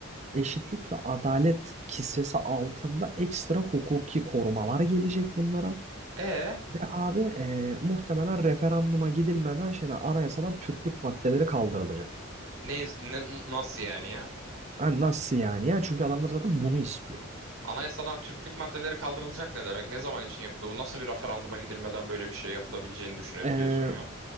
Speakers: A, on the right (about 35°); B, on the right (about 85°).
A: eşitlik ve adalet kisvesi altında ekstra hukuki korumalar gelecek bunlara.
B: E
A: Ve abi e, muhtemelen referanduma gidilmeden şeyden anayasadan Türklük maddeleri kaldırılacak.
B: ne, ne- nasıl yani ya?
A: Yani nasıl yani? Yani çünkü adamlar zaten bunu istiyor.
B: Anayasadan Türklük maddeleri kaldırılacak ne demek? Ne zaman için yapıldı? Bu nasıl bir referanduma gidilmeden böyle bir şey yapılabileceğini düşünebiliyorsun
A: E,
B: ya?